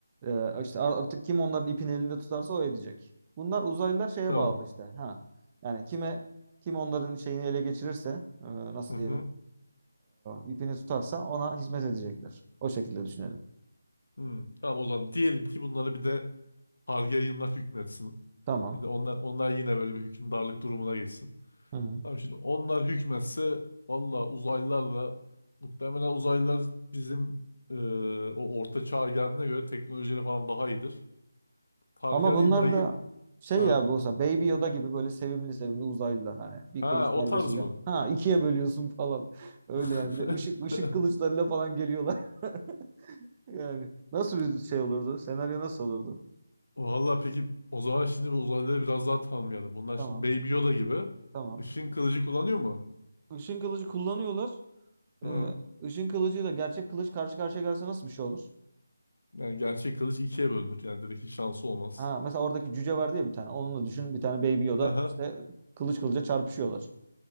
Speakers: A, on the right (about 20°); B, on the left (about 65°).
A: Ee, işte ar- artık kim onların ipini elinde tutarsa o edecek. Bunlar uzaylılar şeye
B: Tamam.
A: bağlı işte. Ha. Yani kime kim onların şeyini ele geçirirse e, nasıl
B: Hı hı.
A: diyelim e, ipini tutarsa ona hizmet edecekler. O şekilde düşünelim.
B: Hı. Tamam o zaman diyelim ki bunları bir de Targaryenlar hükmetsin.
A: Tamam.
B: Bir de onlar onlar yine böyle bir hükümdarlık durumuna geçsin.
A: Hı hı.
B: Tamam şimdi onlar hükmetse valla uzaylılarla muhtemelen uzaylılar bizim e, o orta çağ geldiğine göre teknolojileri falan daha iyidir. Targaryenler
A: Ama bunlar
B: yine.
A: da şey
B: Ha.
A: ya bu olsa Baby Yoda gibi böyle sevimli sevimli uzaylılar hani bir
B: Ha
A: kılıç
B: o
A: darbesiyle
B: tarz mı?
A: ha ikiye bölüyorsun falan <laughs> öyle
B: <laughs>
A: yani bir de ışık ışık kılıçlarıyla falan geliyorlar <laughs> yani nasıl bir şey olurdu senaryo nasıl olurdu
B: Valla peki o zaman şimdi bu uzaylıları biraz daha tanımayalım. Bunlar
A: tamam
B: şimdi Baby Yoda gibi
A: tamam
B: ışın kılıcı kullanıyor mu?
A: Işın kılıcı kullanıyorlar.
B: Hı.
A: Ee, ışın kılıcıyla gerçek kılıç karşı karşıya gelse nasıl bir şey olur?
B: Yani gerçek kılıç ikiye bölünür. Yani direkt hiç şansı olmaz.
A: Ha, mesela oradaki cüce vardı ya bir tane. Onunla düşün. Bir tane Baby Yoda
B: <laughs>
A: işte
B: Hı
A: kılıç kılıca çarpışıyorlar.